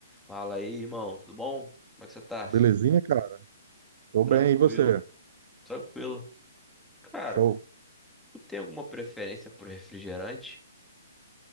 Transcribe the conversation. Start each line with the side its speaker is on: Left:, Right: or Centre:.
Centre: Fala aí, irmão, tudo bom? Como é que você tá?
Right: Belezinha, cara? Tô
Centre: Tranquilo,
Right: bem, e você?
Centre: tranquilo. Cara,
Right: Show.
Centre: tu tem alguma preferência por refrigerante?